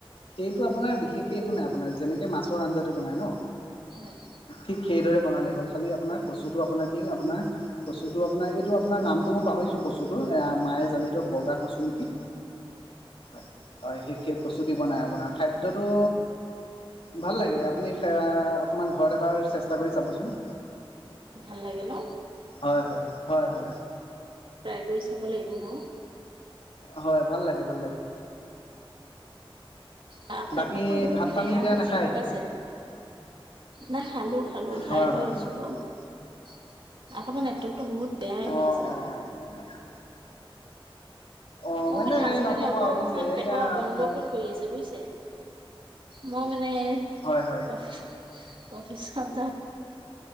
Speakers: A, on the left (about 80°); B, on the right (about 60°).
A: সেইটো আপোনাৰ বিশেষকে একো নাই আপোনাৰ যেনেকে মাছৰ আঞ্জাটো বনাই ন
B: হয়।
A: ঠিক সেইদৰে বনালে হ'ল, খালি আপোনাৰ কচুটো আপোনাৰ কি আপোনাৰ কচুটো আপোনাৰ এইটো আপোনাৰ নামটো মই পাহৰিছো কচুটো এ মায়ে জানে বগা কচু নেকি, হয় হয় সেই কচু দি বনাই আপোনাৰ খাদ্যটো ভাল লাগে আপুনি এ অকণমান ঘৰত এবাৰ চেষ্টা কৰি চাবচোন।
B: ভাল লাগে ন।
A: হয়-হয়, হয়-হয়।
B: ট্ৰাই কৰি চাবো লাগিব।
A: হয় ভাল লাগে ভাল লাগে।
B: তাৰপা
A: বাকী
B: <unintelligible>
A: ভাত পানী এতিয়া
B: হৈছে
A: নাখায়
B: গম পাইছে নাই খালো খালো খাই
A: হয়
B: বৈ
A: হয়
B: উঠছো বাৰু। আপোনাৰ নেটৱৰ্কটো বহুত বেয়া আহি
A: অ
B: আছে।
A: অ <inaudible> অ
B: মোৰ মানে আজি
A: এই নক'ব
B: মানে অকমান
A: আৰু বুজিছে এয়া
B: পেটৰ
A: আপোনাৰ
B: গণ্ডগোল কৰি আছে বুজিছে। মই মানে
A: হয় হয়।
B: অফি অফিচত যাম।